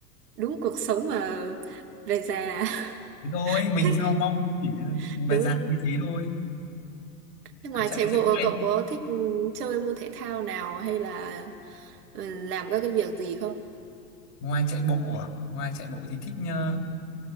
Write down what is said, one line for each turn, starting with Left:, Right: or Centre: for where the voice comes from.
Right: đúng cuộc sống mà về già
Left: Thế thôi
Right: <laughs>
Left: mình
Right: thích
Left: sau mong cũng chỉ
Right: đúng
Left: bài dạng
Right: không?
Left: như thế thôi
Right: Nhưng ngoài
Left: cứ chạy
Right: chạy bộ
Left: thế này
Right: cậu có thích ừ, chơi môn thể thao nào hay là ừ, làm các cái việc gì không?
Left: ngoài chạy bộ à? ngoài chạy bộ thì thích ờ,